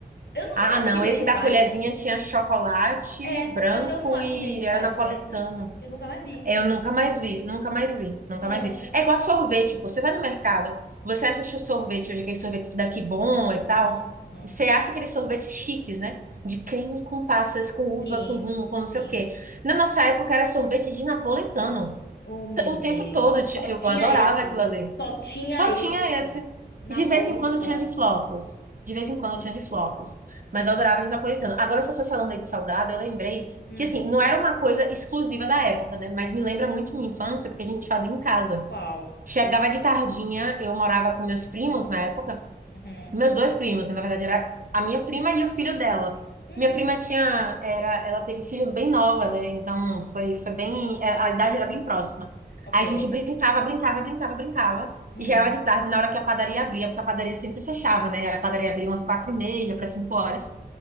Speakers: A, on the left (about 80°); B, on the right (about 55°).
A: Eu não,
B: Ah,
A: eu não acho
B: não,
A: que vende
B: esse da
A: mais.
B: colherzinha tinha chocolate
A: É,
B: branco
A: mas eu não acho
B: e
A: que vende
B: era
A: mais.
B: napolitano.
A: Vende? Eu nunca mais vi.
B: Eu nunca mais vi, nunca mais vi, nunca
A: É,
B: mais vi. É igual sorvete, pô. Você vai no mercado, você acha que o sorvete hoje, aquele sorvete daqui bom e tal.
A: uhum, uhum.
B: Você acha aqueles sorvetes chiques, né? De creme com passas, com uva,
A: Sim,
B: com rum, com não sei
A: sim.
B: o quê. Na nossa época era sorvete de napolitano.
A: Oh, meu
B: O
A: Deus.
B: tempo todo,
A: Só
B: eu
A: tinha
B: adorava
A: esse.
B: aquilo ali.
A: Só tinha
B: Só
A: esse.
B: tinha esse.
A: Napolitano.
B: E de vez em quando tinha de flocos. De vez em quando
A: Hum.
B: tinha de flocos. Mas eu adorava de napolitano. Agora você foi falando aí de salgado, eu lembrei
A: Hum,
B: que, assim, não era uma coisa exclusiva da época, né? Mas me lembra muito minha infância, porque a gente fazia em casa.
A: qual?
B: Chegava de tardinha, eu morava com meus primos na época,
A: Uhum.
B: meus dois primos, né? na verdade, era a minha prima e o filho dela.
A: Hum,
B: Minha prima tinha, era, ela teve filho bem nova, né? Então foi, foi bem, era- a idade era bem próxima.
A: ok.
B: Aí a gente brincava, brincava, brincava, brincava.
A: Uhum.
B: E já era de tarde, na hora que a padaria abria, porque a padaria sempre fechava, né? A padaria abria umas quatro e meia para cinco
A: Uhum.
B: horas.